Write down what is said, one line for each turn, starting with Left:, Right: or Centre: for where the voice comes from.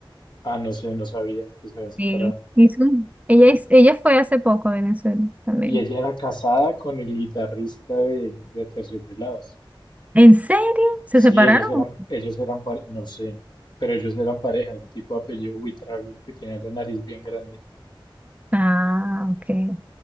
Left: Ah, no sé, no sabía que se habían separado.
Right: Sí, hizo- ella, es- ella fue hace poco a Venezuela también.
Left: Y ella era casada con el guitarrista de, de Aterciopelados.
Right: ¿En serio? ¿Se
Left: Sí,
Right: separaron?
Left: ellos eran, ellos eran, pare- no sé, pero ellos eran pareja, un tipo de apellido Buitrago que tenía la nariz bien grande.
Right: Ah, ok.